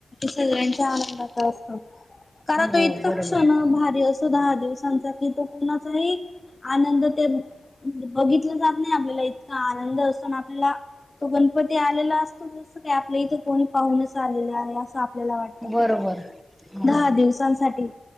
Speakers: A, on the left (about 25°); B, in the centre.
A: सगळ्यांच्या आनंदाचा असत कारण
B: हो
A: तो इतका
B: बरोबर
A: क्षण भारी असतो दहा दिवसांचा तिथ कोणाचाही आनंद ते बघीतला जा त नाही आपल्याला इतका आनंद असतो ना आपल्याला तो गणपती आलेला असतो जसं कि आपल्या इथं कोणी पाहूनेच आलेला आहे आपल्याला वाटत
B: बरोबर हो
A: दहा दिवसांसाठी